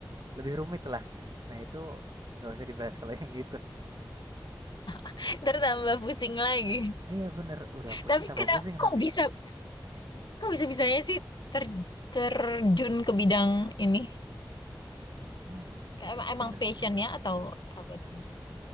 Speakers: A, on the right; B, on the left.
A: lebih rumit lah. Nah, itu nggak usah dibahas kalau yang itu.
B: <laughs> Ntar tambah pusing lagi.
A: Iya, benar. Udah pusing
B: Tapi
A: tambah
B: kenapa
A: pusing
B: kok
A: nanti.
B: bisa kok bisa-bisanya sih ter- terjun ke bidang ini?
A: Hmm,
B: Em-
A: sebenarnya
B: Emang passionnya atau apa tuh?